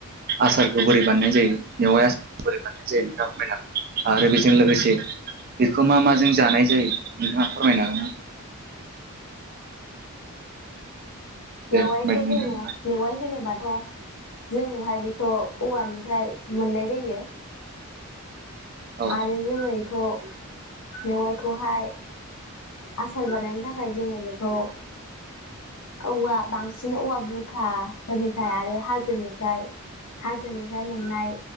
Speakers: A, on the right (about 40°); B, on the left (about 85°).
A: आसारखौ बोरै बानायनाय जायो? मेवाइ आसारखौ बोरै बानायनाय जायो? नोंथाङा बुंबाय ना आरो बेजों लोगोसे बेखौ मा माजों जानाय जायो? नोंथाङा फोरमायनो हागोन ना? दे
B: मेवाइखौ
A: बायदि
B: जोङो
A: नोंथां
B: मेवाइ होनोबाथ' जोङोहाय बेखौ औवानिफ्राय मोननाय जायो।
A: औ
B: आरो जों इखौ मेवाइखौहाय आसार बानायनो थाखाय जोङो बेखौ औवा बांसिन औवा बुरखाफोरनिफ्राय आरो हाजोनिफ्राय हाजोनिफ्राय मोननाय